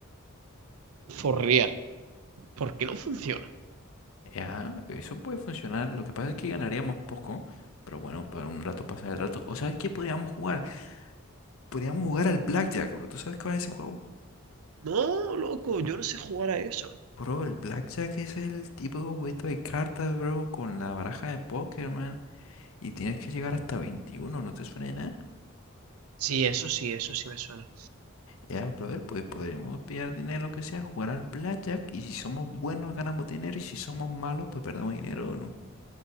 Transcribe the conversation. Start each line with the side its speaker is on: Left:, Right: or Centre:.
Right: for real, ¿por qué no funciona?
Left: Ya, eso puede funcionar. Lo que pasa es que ganaríamos poco, pero bueno, para un rato pasar el rato. ¿O sabes qué podríamos jugar? Podríamos jugar al Blackjack, bro. ¿Tú sabes cuál es ese juego?
Right: No, loco, yo no sé jugar a eso.
Left: Bro, el Blackjack es el tipo de juego de cartas, bro, con la baraja de póker, man. Y tienes que llegar hasta veintiuno ¿no te suena de nada?
Right: Sí, eso sí, eso sí me suena.
Left: Ya, brother, pues podremos pillar dinero, lo que sea, jugar al blackjack y si somos buenos ganamos dinero y si somos malos pues perdemos dinero, ¿o ¿no?